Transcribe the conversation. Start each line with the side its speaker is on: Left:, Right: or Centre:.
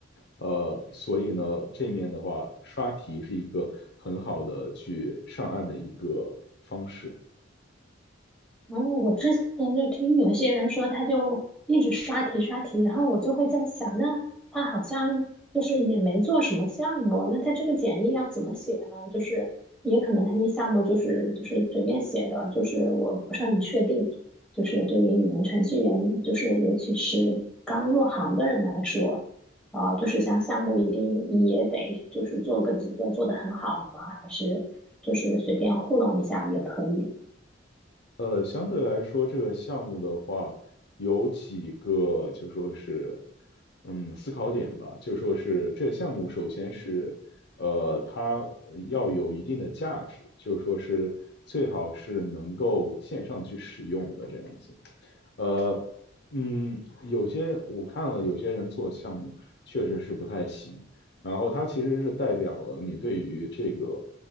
Left: 呃，所以呢，这面的话，刷题是一个很好的去上岸的一个方式。
Centre: 然后我之前就听有些人说，他就一直刷题刷题，然后我就会在想，那他好像就是也没做什么项目，那他这个简历要怎么写呢？就是也可能他那项目就是就是随便写的，就是我不是很确定。就是对于你们程序员，就是尤其是刚入行的人来说，啊、就是像项目一定也得就是做个几个做得很好吗？还是就是随便糊弄一下也可以？
Left: 呃，相对来说，这个项目的话，有几个就说是，嗯，思考点吧。就说是这个项目，首先是，呃，它呃要有一定的价值，就说是最好是能够线上去使用的这样子。呃，嗯，有些我看了，有些人做项目确实是不太行。然后它其实是代表了你对于这个